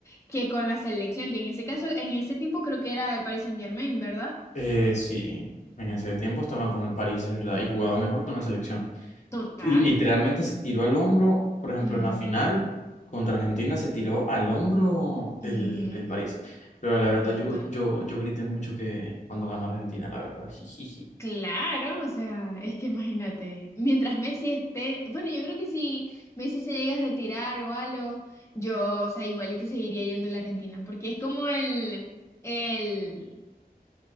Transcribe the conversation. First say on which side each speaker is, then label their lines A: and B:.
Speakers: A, on the left; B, on the left.
A: que con la selección, que en ese caso, en ese tiempo creo que era el Paris Saint-Germain, ¿verdad?
B: Eh, sí, en ese
A: To-
B: tiempo estaba con el París, es verdad, y jugaba mejor con la selección.
A: Total.
B: Literalmente se tiró al hombro, por ejemplo,
A: Ujú,
B: en la final contra Argentina se tiró al hombro
A: ujú,
B: el, el París. Pero la verdad,
A: Total.
B: yo, yo, yo grité mucho que cuando ganó Argentina, la verdad. Jijiji.
A: Claro, o sea, es que imagínate, mientras Messi esté, bueno, yo creo que si Messi se llega a retirar o algo, yo, o sea, igualito seguiría yendo a la Argentina, porque es como el, el,